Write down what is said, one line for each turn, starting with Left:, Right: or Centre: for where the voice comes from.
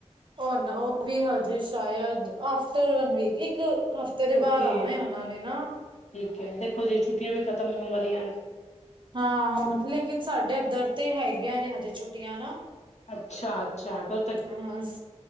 Right: ਹੁਨ ਓ ਵੀ ਹਜੇ ਸ਼ਾਇਦ, ਆਫਟਰ ਵਨ ਵੀਕ ਇੱਕ ਹਫ਼ਤੇ ਦੇ
Left: ਓਕੇ
Right: ਬਾਦ ਆਣਾ ਓਨਾ ਨੇ ਨਾ।
Left: ਠੀਕ ਐ, ਦੇਖੋ ਜੀ ਛੁੱਟੀਆਂ ਵੀ ਖਤਮ ਹੋਣ ਵਾਲੀਆਂ ਨੇ।
Right: ਹਾਂ, ਲੇਕਿਨ ਸਾਡੇ ਏਧਰ ਤੇ ਹੈਗੀਆਂ ਨੇ, ਹਜੇ ਛੁੱਟੀਆਂ ਨਾ।
Left: ਅੱਛਾ-ਅੱਛਾ। ਕ
Right: ਹੂ ਬਸ